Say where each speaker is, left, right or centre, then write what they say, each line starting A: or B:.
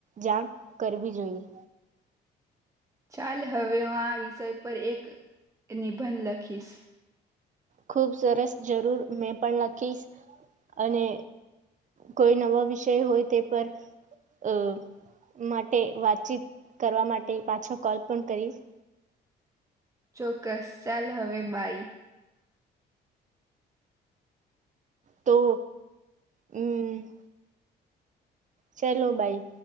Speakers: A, on the right (about 45°); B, on the right (about 15°).
A: જાણ કરવી જોઈએ.
B: ચાલ હવે હું આ વિષય પર એક નિબંધ લખીશ
A: ખુબ સરસ જરૂર મેં પણ લખીશ અને કોઈ નવો વિષય હોય તે પર અ માટે વાતચીત કરવા માટે પાછો કોલ પણ કરીશ.
B: ચોક્કસ ચાલ હવે બાઈ
A: તો અમ ચાલો બાઈ